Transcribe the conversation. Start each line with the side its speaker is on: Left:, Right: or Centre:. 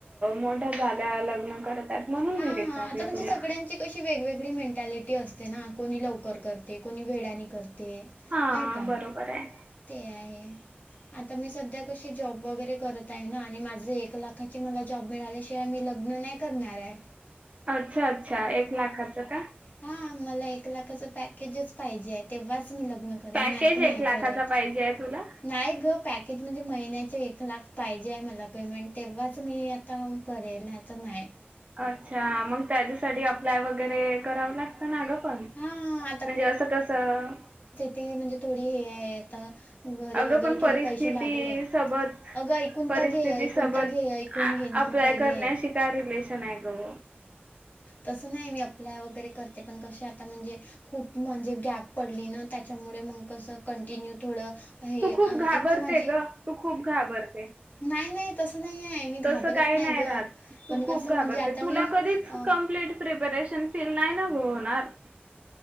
Right: मो झाल्या लग्न करत आहेत म्हणून
Left: हा
Right: मी विचारलं
Left: -हा आता म्हणजे
Right: तुला
Left: सगळ्यांची तशी वेगवेगळी मेंटॅलिटी असते ना, कोणी लवकर करते कोणी वेळाने करते.
Right: हा,
Left: नाही का?
Right: बरोबर आहे.
Left: ते आहे. आता मी सध्या कशी जॉब वगैरे करत आहे ना आणि माझे एक लाखाची मला जॉब मिळाल्या ते आम्ही लग्न नाही करणार आहे.
Right: अच्छा -अच्छा एक लाखाचं काय?
Left: हा मला एक लाखाचं पॅकेजच पाहिजे आहे तेव्हाच मी लग्न करेन
Right: पॅकेज
Left: नाही तर नाही
Right: एक लाखाचा
Left: करत.
Right: पाहिजे आहे तुला?
Left: नाही ग पॅकेज म्हणजे महिन्याचे एक लाख पाहिजे आहे मला पेमेंट तेव्हाच मी आता करेल नाहीतर नाय.
Right: अच्छा! मग त्याच्यासाठी अप्लाय वगैरे करावं लागत अस ना ग पण, म्हणजे
Left: हां,
Right: असं -कसं
Left: ते म्हणजे थोडी हे आहे आता घरी
Right: अगं
Left: वगैरे
Right: पण परिस्थिती
Left: थोडे पैसे लागले,
Right: सोबत
Left: अगं ऐकून
Right: परिस्थिती
Left: तर घे- ऐकून
Right: सोबत
Left: तर घे-ऐकुन ऐकुण घेणं
Right: अप्लाय
Left: पहिले.
Right: <unintelligible> रिलेशन आहे ग.
Left: तसं नाही मी अप्लाय वगैरे करते, पण कसे आता म्हणजे खूप म्हणजे गॅप पडली ना त्याच्यामुळे मग कसं कंटिन्यू थोडं हे,
Right: तू खूप
Left: आं
Right: घाबरते
Left: एक तर माझे
Right: ग तू खूप घाबरते.
Left: नाही - नाही तसं नाही आहे मी
Right: तसं
Left: घाबरत
Right: काही
Left: नाही ग
Right: राहत तू
Left: पण
Right: खूप
Left: कसं
Right: घाबरते
Left: म्हणजे आता
Right: तुला
Left: मी
Right: कधीच
Left: अ
Right: कम्प्लीट प्रिपरेशन फील नाही ना होणार.